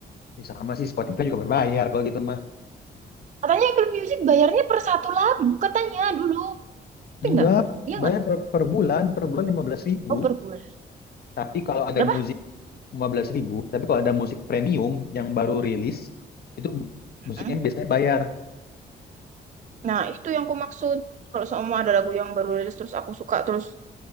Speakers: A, on the left; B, on the right.
A: Ya sama sih Spotify juga berbayar kalau gitu mah.
B: Katanya Apple Music bayarnya per satu lagu, katanya dulu. Tapi
A: Enggak,
B: enggak, iya enggak?
A: bayar per, per bulan, per bulan lima belas ribu
B: Oh, per bulan.
A: Tapi kalau ada
B: Berapa?
A: musik lima belas ribu tapi kalau ada musik premium yang baru rilis, itu musiknya
B: Mm-mm.
A: biasanya bayar.
B: Nah, itu yang aku maksud. Kalau semua ada lagu yang baru rilis terus aku suka terus